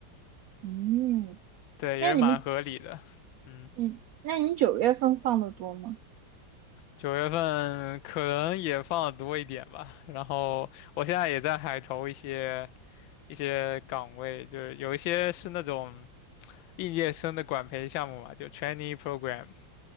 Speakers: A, on the right (about 85°); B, on the left (about 85°).
A: 嗯。
B: 对，
A: 那你们
B: 也是蛮合理的。嗯，
A: 嗯，那你九月份放的多吗？
B: 九月份可能也放的多一点吧。然后我现在也在海投一些。一些岗位，就是有一些是那种应届生的管培项目嘛，就 trainee program，